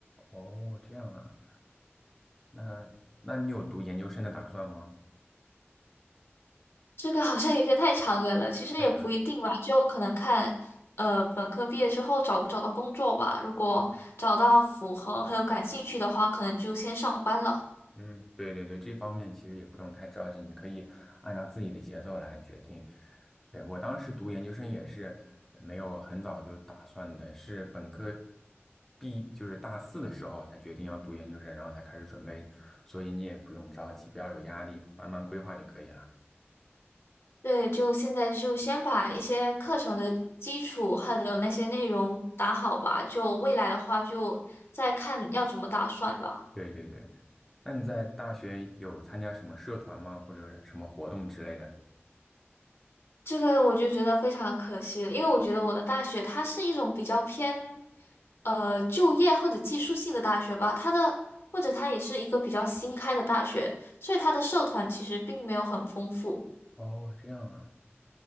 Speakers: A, in the centre; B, on the left.
A: 哦，这样啊，那那你有读研究生的打算吗？
B: 这个好像有些太长远了。其实也不一定吧，
A: 在想
B: 就可能看，呃，本科毕业之后找不找到工作吧。如果找到符合还有感兴趣的话，可能就先上班了。
A: 嗯，对对对，这方面其实也不用太着急，你可以按照自己的节奏来决定。对，我当时读研究生也是没有很早就打算的，是本科毕，就是大四的时候才决定要读研究生，然后才开始准备，所以你也不用着急，不要有压力，慢慢规划就可以了。
B: 对，就现在就先把一些课程的基础还有那些内容打好吧，就未来的话就再看要怎么打算吧。
A: 对对对，那你在大学有参加什么社团吗？或者什么活动之类的？
B: 这个我就觉得非常可惜了，因为我觉得我的大学它是一种比较偏呃就业或者技术性的大学吧，它的或者它也是一个比较新开的大学，所以它的社团其实并没有很丰富。
A: 哦，这样啊。